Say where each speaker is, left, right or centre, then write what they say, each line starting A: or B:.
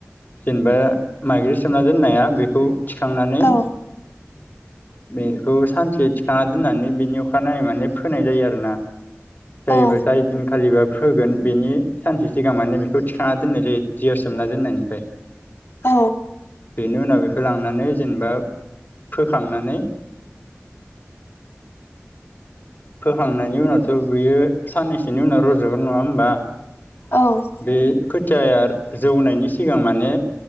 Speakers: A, on the left (about 45°); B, on the left (about 60°).
A: जेनेबा माइज्लि सोमना दोननाया बेखौ थिखांनानै
B: औ
A: बेखौ सानसे थिखांना दोननानै बेनि अखानायै माने फोनाय जायो आरोना। जायो
B: औ
A: बाथाय दिनखालि होगोन बेनि सानसे सिगां मानो बेखौ थि खांना दोननाय जायो दैयाव सोमना दोननायनिफ्राय।
B: औ
A: बेनि उनाव बेखौ लांनानै जेनेबा फोखांनानै फोखांनायनि उनावथ' बियो साननैसोनि उनाव रज'गोन नङा होमबा?
B: औ
A: बे खोथियाया जौनायनि सिगां माने